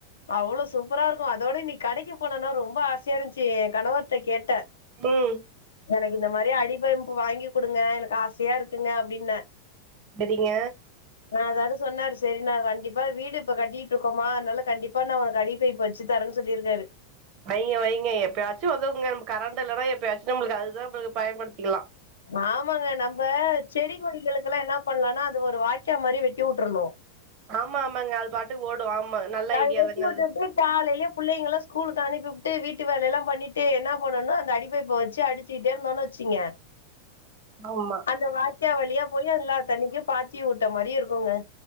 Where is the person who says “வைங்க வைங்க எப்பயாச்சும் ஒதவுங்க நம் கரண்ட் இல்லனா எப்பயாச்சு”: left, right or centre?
Right